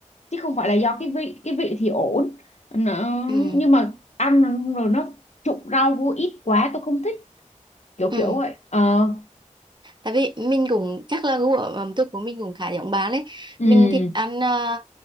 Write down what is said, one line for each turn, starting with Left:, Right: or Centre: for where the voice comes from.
Left: chứ không phải là do cái vị cái vị thì ổn nó,
Right: ừ
Left: nhưng mà ăn rồi nó trụng rau vô ít quá tôi không thích kiểu
Right: ừ.
Left: kiểu vậy ờ
Right: tại vì mình cũng chắc là gu ở ẩm thực của mình cũng khá giống bạn đấy
Left: ừ
Right: mình thích ăn à,